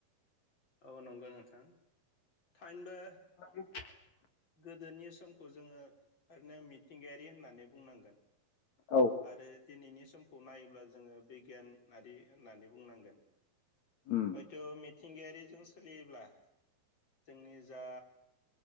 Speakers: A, on the left; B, on the left.
A: औ नंगौ नोंथां थाइनबो
B: <unintelligible>
A: गोदोनि समखौ जोङो ओरैनो मिथिंगायारि होननानै बुंनांगोन
B: औ
A: आरो दिनैनि समखौ नायोब्ला जोङो बिगियान नारि होननानै बुंनांगोन।
B: उम
A: हयथ' मि थिंगायारिजों सोलियोब्ला जोंनि जा